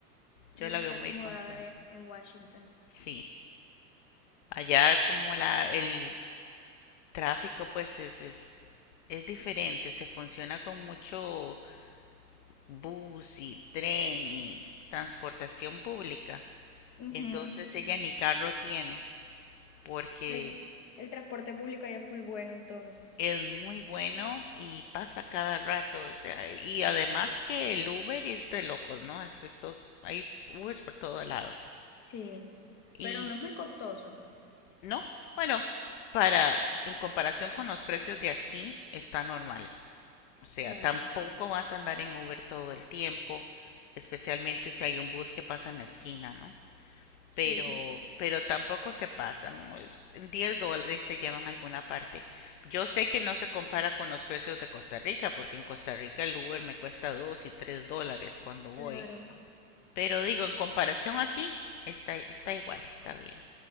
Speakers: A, on the left; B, on the left.
A: Ya
B: Yo la
A: está
B: veo muy
A: acomodada
B: contenta.
A: e- en Washington.
B: Sí, allá como la, el Tráfico, pues es, es, es diferente, se funciona con mucho bus y tren y transportación pública.
A: Ujú.
B: Entonces ella ni carro tiene, porque
A: El, el transporte público ya es full bueno entonces.
B: es muy bueno y pasa cada rato, o sea, y además que el Uber es de locos, ¿no? Es de to- hay Ubers por todos lados.
A: Sí,
B: Y
A: pero no es muy costoso.
B: no, bueno, para en comparación con los precios de aquí está normal. O sea,
A: Claro,
B: tampoco vas a andar en Uber todo el tiempo, especialmente si hay un bus que pasa en la esquina, ¿no?
A: sí,
B: Pero, pero tampoco se pasan. pues, en 10 dólares te llevan a alguna parte. Yo sé que no se compara con los precios de Costa Rica, porque en Costa Rica el Uber me cuesta 2 y 3 dólares cuando voy.
A: claro.
B: Pero digo, en comparación aquí, está, está igual, está bien.